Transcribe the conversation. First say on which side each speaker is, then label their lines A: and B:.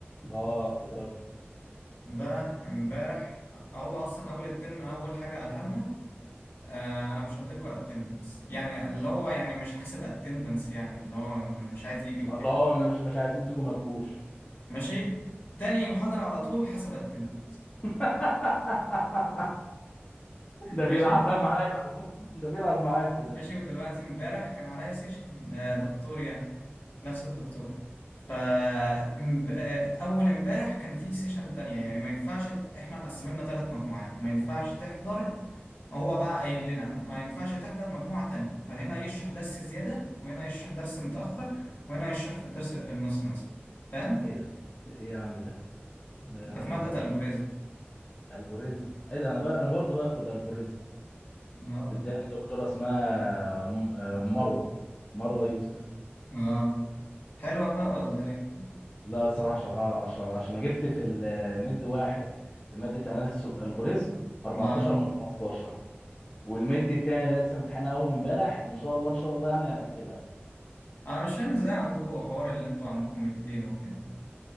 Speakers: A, on the left (about 30°); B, on the left (about 55°).
A: اه افتكرت
B: ده امبارح هو أصلا أول الترم أول حاجة قالها لنا آه أنا مش هديلكوا اتندنس يعني اللي هو يعني مش هحسب اتندنس يعني اللي هو مش عايز يجي وكده
A: الله ما- مش مش عايزين تيجوا ما تجوش
B: ماشي؟ تاني محاضرة على طول حسب اتندنس
A: <laughs> ده بيلعبها
B: ماشي؟
A: معاكم <laughs> ده بيلعب معاكم ده
B: ماشي ودلوقتي امبارح كان عليا سيشن آه دكتور يعني نفس الدكتور فأول امبارح كان في سيشن تانية يعني ما ينفعش ت- احنا مقسميننا ثلاث مجموعات ما ينفعش تحضر هو بقى قايل لنا ما ينفعش تحضر مجموعة تانية فهنا يشرح درس زيادة وهنا يشرح درس متأخر وهنا يشرح في الدرس اللي في النص مثلا فاهم؟
A: ايه ده ايه يا عم ده لا
B: ده
A: يا عم
B: في مادة الجوريزم
A: الجوريزم ايه ده انا بقى انا برضو باخد الجوريزم
B: اه
A: تداني دكتوره اسمها م- آه، مروه مروه يوسف
B: اه حلوة بقى ولا ايه؟
A: لا الصراحه 10 10 10 انا جبت في المد واحد في ماده اناليسيس اوف الجوريزم 14
B: اه
A: من 15 والمد التاني اللي لسه امتحانها اول امبارح ان شاء الله ان شاء الله يعني هقفلها
B: انا مش فاهم ازاي عندكم حوار اللي انتوا عندكم الدين وكده